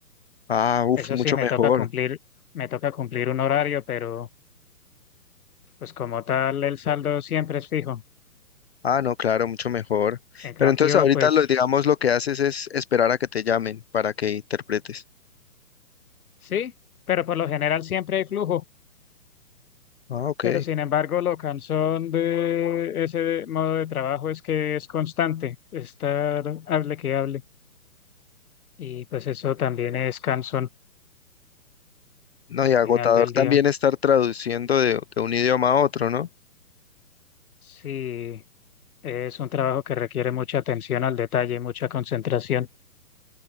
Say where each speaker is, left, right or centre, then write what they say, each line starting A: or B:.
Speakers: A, on the left; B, on the left.
A: Ah, uff,
B: Eso
A: mucho
B: sí, me
A: mejor.
B: toca cumplir, me toca cumplir un horario, pero pues como tal el saldo siempre es fijo.
A: Ah, no, claro, mucho mejor.
B: En cambio,
A: Pero entonces ahorita
B: pues
A: lo, digamos, lo que haces es esperar a que te llamen para que interpretes.
B: sí, pero por lo general siempre hay flujo.
A: Ah, ok.
B: Pero sin embargo, lo cansón de ese modo de trabajo es que es constante, estar hable que hable. Y pues eso también es cansón
A: No,
B: al
A: y agotador
B: final del
A: también
B: día.
A: estar traduciendo de, de un idioma a otro, ¿no?
B: Sí, es un trabajo que requiere mucha atención al detalle, mucha concentración.